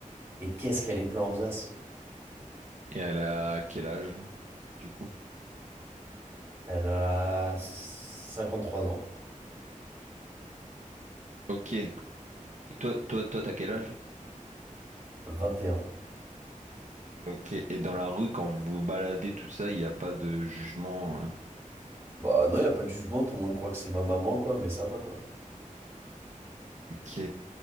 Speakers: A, on the right; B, on the right.
A: Et qu'est-ce qu'elle est plein aux as?
B: et elle a quel âge du coup?
A: Elle a 53 ans,
B: Ok. Et toi, toi, toi, t'as quel âge?
A: vingt et un
B: Ok. Et dans la rue, quand vous vous baladez, tout ça, il n'y a pas de jugement. euh,
A: Bah non, il a pas de jugement, tout le monde croit que c'est ma maman, quoi, mais ça va, quoi.
B: Ok.